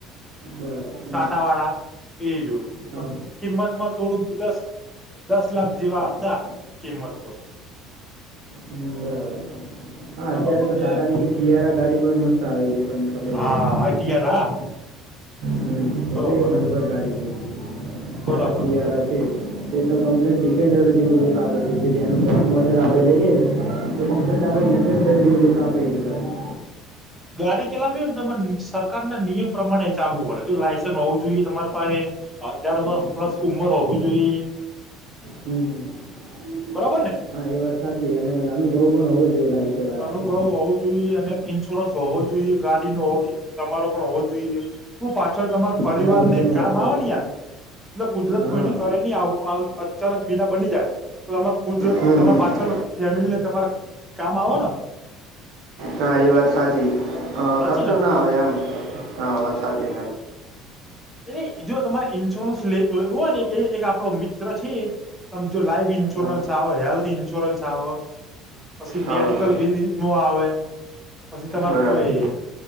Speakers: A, on the right; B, in the centre.
A: બરાબર હમ.
B: સાટા વાળા એ જોયું
A: હા
B: કિંમતમાં થોડું દસ દસ લાખ જેવા હતા કિંમત તો
A: હમ બરાબર હા
B: તમાર
A: અત્યારે
B: મતે
A: તો તાતાની એક શીયારા ગાડી પણ મસ્ત આવી છે, તમને ખબર
B: હા
A: હોય તો?
B: હા ટીયાર હા
A: હમ
B: બરોબર
A: એ તો એક નંબર ગાડી છે, ટાટા
B: બરોબર બરોબર
A: સિયાર
B: બરોબર
A: છે, તે તો ડિફેન્ડર જેવું લુક આપે છે, જેંનું ટોપ મોર્ડર આપણે લઈએ ને <unintelligible> કમ્પ્લેન્ટ આપણે ડિફેન્ડ <unintelligible> ગાડી
B: ગાડી ચલાવી હોય ને તમારે સરકાર ના નિયમ પ્રમાણે ચાલવું પડે જો લાયસન્સ હોવું જોઈએ તમારી પાહે અઠાર વર્ષ
A: હા.
B: પ્લસ ઉમર હોવી જોઈએ.
A: હમ હમ.
B: બરાબર ને?
A: હા એ વાત સાચી અને અનુભવ પણ હોવો જોઈએ ગાડી ચલાવવાનો
B: અનુભવ હોવું જોઈએ અને ઇન્સ્યોરન્સ હોવો જોઈએ. ગાડી નો હોવો જોઈએ, તમારો પણ હોવો જોઈએ. પાછો છોડ તમાર પરિવારને
A: હા એ પણ
B: કામ
A: વાત સાચી
B: આવે યાર એલે કુદરત
A: હા
B: કોઈને કરે ની આવું પણ અચાનક બીલા બની જાય તો તમાર કુદરત
A: હમ
B: તમાર
A: હમ
B: પાછ ળ ફેમિલી ને તમારા કામ આવ ન
A: હા એ વાત સાચી અ
B: સાચી
A: ખર્ચો
B: ને
A: ના આવે એમ હા વાત સાચી
B: એટલે જો તમારે ઈન્સ્યોરન્સ લે <unintelligible> હોય ને એક આપડો મિત્ર છે. જો લાઈફ ઈન્સ્યોરન્સ
A: હા
B: આવે હેલ્થ ઈન્સ્યોરન્સ આવ પછી
A: હા
B: મેડિકલ
A: હા
B: વિ વિમો આવે પછી તમાર
A: બરાબર
B: કોઈ